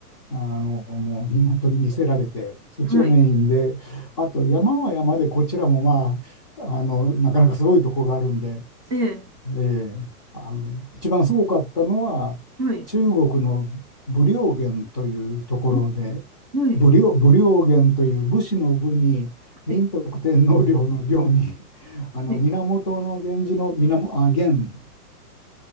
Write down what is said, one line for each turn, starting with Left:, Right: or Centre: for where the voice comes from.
Left: あの、もうひ本当に見せられて、そっちがメインで、
Right: はい。
Left: あと山は山でこちらもまあ、あの、なかなかすごいとこがあるんで、
Right: ええ。
Left: ええあの、一番すごかったのは、
Right: はい。
Left: 中国の武陵源というところで、
Right: あはい。
Left: 武陵、武陵源という武士の武に、仁徳天皇陵の陵に、
Right: はい。
Left: <laughs> あの源源氏の源、
Right: はい
Left: あ、源、